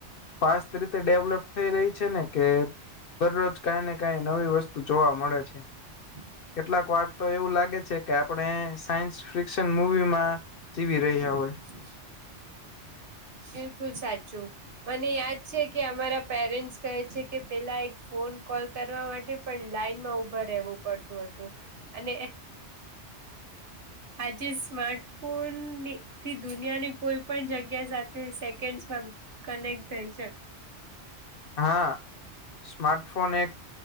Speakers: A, on the left (about 60°); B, on the right (about 50°).
A: ફાસ્ટ રીતે ડેવલપ થઈ રહી છે ને કે. દરરોજ કઈ ને, કઈ નવી વસ્તુ જોવા મળે છે.
B: હમ.
A: કેટલાક વાર તો એવું લાગે છે કે, આપણે સાયન્સ ફિક્શન મુવીમાં જીવી રહ્યા
B: એ. <unintelligible>
A: હોય. <inaudible>
B: બિલકુલ, સાચું. મને યાદ છે કે, અમારા પેરેન્ટસ કહે છે કે, પેલા એક ફોન કોલ કરવા માટે પણ લાઈન માં ઉભા રહેવું પડતું હતું, અને આજે સ્માટ ફોન ની થી દુનિયાની કોઈ પણ જગ્યા સાથે સેકન્ડ કનેક્ટ થાય શ
A: હા, સ્માર્ટફોન એક